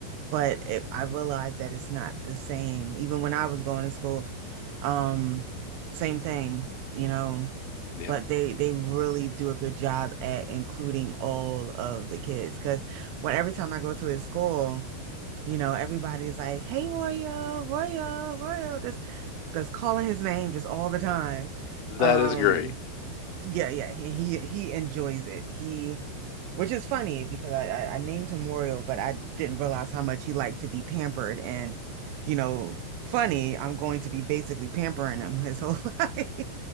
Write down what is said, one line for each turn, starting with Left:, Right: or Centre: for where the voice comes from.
Right: but it, I realized that it's not the same. Even when I was going to school, um, same thing, you know.
Left: Yeah,
Right: But they they really do a good job at including all of the kids. Because when every time I go to his school. You know, everybody's like, hey, Royo, Royo, Royo, just because calling his name just all the time.
Left: that
Right: Um,
Left: is great.
Right: yeah, yeah, he he, he enjoys it. He, which is funny because I, I I named him Royo, but I didn't realize how much he liked to be pampered. And, you know, funny, I'm going to be basically pampering him his whole <laughs> life.